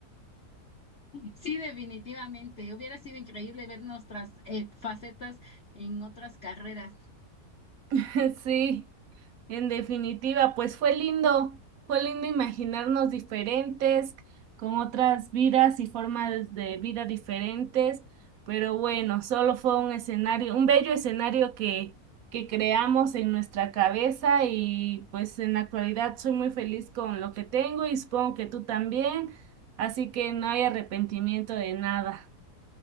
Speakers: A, on the left (about 45°); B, on the right (about 70°).
A: Sí, definitivamente. Hubiera sido increíble ver nuestras eh, facetas en otras carreras.
B: <laughs> Sí. En definitiva, pues fue lindo, fue lindo imaginarnos diferentes, con otras vidas y formas de vida diferentes, pero bueno, solo fue un escenario, un bello escenario que, que creamos en nuestra cabeza y pues en la actualidad soy muy feliz con lo que tengo y supongo que tú también, así que no hay arrepentimiento de nada.